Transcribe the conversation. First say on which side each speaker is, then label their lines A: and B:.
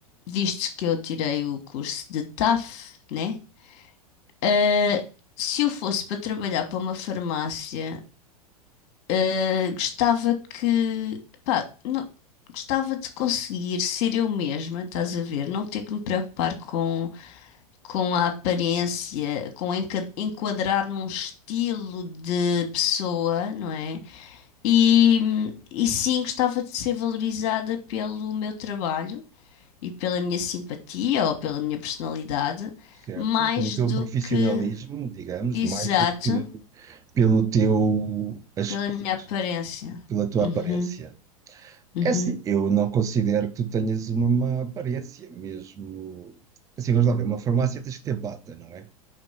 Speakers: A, on the left; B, on the right.
A: visto que eu tirei o curso de TAF, né? Ah, se eu fosse para trabalhar para uma farmácia, ah, gostava que, pá, não- gostava de conseguir ser eu mesma, estás a ver? Não ter que me preocupar com com a aparência, com enca- enquadrar num estilo de pessoa, não é? E, e sim, gostava de ser valorizada pelo meu trabalho e pela minha simpatia ou pela minha personalidade,
B: Certo,
A: mais
B: pelo teu
A: do
B: profissionalismo,
A: que,
B: digamos,
A: exato,
B: mais do que pelo teu aspecto,
A: pela minha aparência.
B: pela tua
A: Uhum,
B: aparência.
A: uhum.
B: É assim, eu não considero que tu tenhas uma má aparência, mesmo. Assim, vamos lá ver, uma farmácia tens que ter bata, não é?